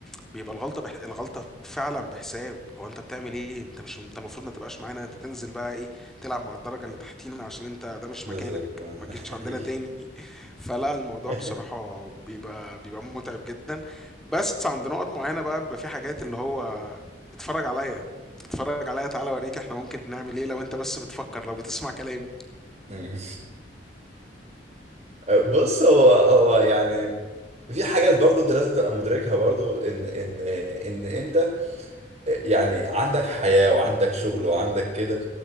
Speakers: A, in the centre; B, on the right.
A: بيبقى الغلطة بح... الغلطة فعلا بحساب هو انت بتعمل ايه انت مش انت المفروض ما تبقاش معانا انت تنزل بقى ايه تلعب مع الدرجة اللي تحتينا عشان انت ده مش
B: بالظبط
A: مكانك
B: آه،
A: ما تجيش
B: أي.
A: عندنا تاني <laughs> فلا الموضوع
B: <laughs>
A: بصراحة بيبقى بيبقى متعب جدا بس عند نقط معينة بقى بيبقى في حاجات اللي هو اتفرج عليا اتفرج عليا تعالى اوريك احنا ممكن نعمل ايه لو انت بس بتفكر لو بتسمع كلامي
B: أمم. بص هو هو يعني في حاجات برضو انت لازم تبقى مدركها برضو ان ان ان انت يعني عندك حياة وعندك شغل وعندك كده